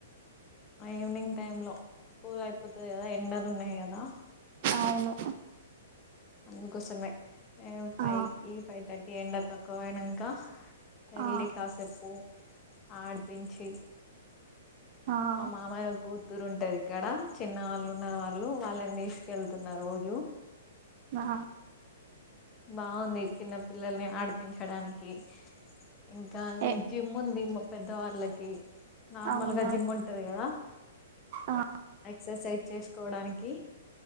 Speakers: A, on the left; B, on the right.
A: ఈవినింగ్ టైమ్ లో స్కూల్ అయి పోతది కదా ఎండలు ఉన్నాయి కదా
B: అవును
A: అందుకోసమే ఫైవ్
B: ఆ
A: కి ఫైవ్ తథర్టీ ఎండ తక్కువయినాంకా ఎల్లి
B: ఆ
A: కాసేపు ఆడిపించి
B: ఆ
A: మా మావయ్య కు తురు ఉంటారు ఇక్కడ చిన్న వాళ్ళు ఉన్నారు వాళ్ళు వాళ్ళని తీసుకెళ్తున్న రోజు
B: ఆ
A: బాగుంది చిన్న పిల్లల్ని ఆడిపించడానికి ఇంకా
B: ఏ
A: జిమ్ ఉంది. పెద్ద వాళ్ళకి నార్మల్గా
B: అవునా
A: జిమ్ ఉంటది కదా.
B: ఆ
A: ఎక్సర్సైజ్ చేసుకోవడానికి.